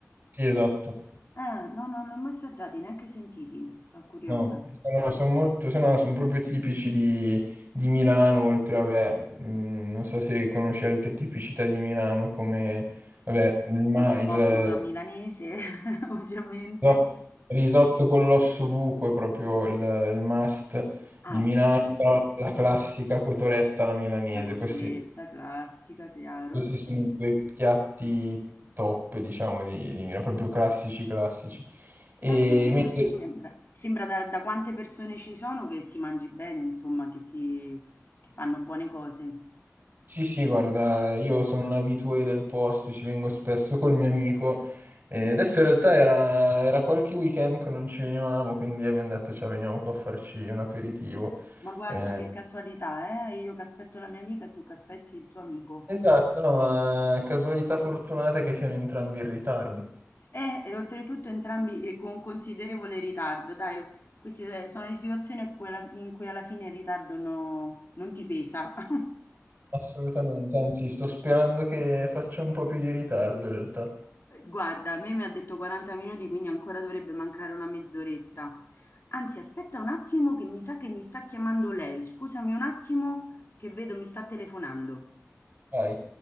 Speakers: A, on the right; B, on the left.
A: Sì, esatto.
B: Eh, no, no, non li ho mai assaggiati, neanche sentiti. Sono curiosa.
A: No, sono, sono molto, sono, sono proprio tipici di, di Milano, oltre, vabbè, mh, non so se conosci altre tipicità di Milano come, vabbè, il, ma,
B: Il risotto
A: il,
B: alla milanese, <laughs> ovviamente.
A: Risotto risotto con l'osso buco è proprio il, il must
B: Ah,
A: di Milano,
B: risotto giusto,
A: se no la classica cotoletta alla milanese.
B: la cotoletta
A: Questi,
B: classica, chiaro,
A: questi sono
B: sì.
A: i due piatti top, diciamo, di, di Milano, proprio classici, classici. E
B: Beh, comunque
A: mentre-
B: qui sembra, sembra da, da quante persone ci sono che si mangi bene, insomma, che, si, che fanno buone cose.
A: sì, sì, guarda, io sono un abitué del posto, ci vengo spesso col mio amico. E adesso in realtà era, era qualche weekend che non ci venivamo, quindi abbiamo detto, ciao, veniamo qua a farci un aperitivo.
B: Ma guarda
A: Eh,
B: che casualità, eh? Io che aspetto la mia amica e tu che aspetti il tuo amico.
A: Esatto, no, ma casualità fortunata che siano entrambi in ritardo.
B: Eh, E, oltretutto entrambi eh, con considerevole ritardo, dai, queste eh, sono le situazioni a cui alla- in cui alla fine il ritardo no- non ti pesa. <laughs>
A: Assolutamente, anzi, sto sperando che faccia un po' più di ritardo in realtà.
B: Eh, Guarda, a me mi ha detto 40 minuti, quindi ancora dovrebbe mancare una mezz'oretta. Anzi, aspetta un attimo che mi sa che mi sta chiamando lei. Scusami un attimo che vedo mi sta telefonando.
A: Vai.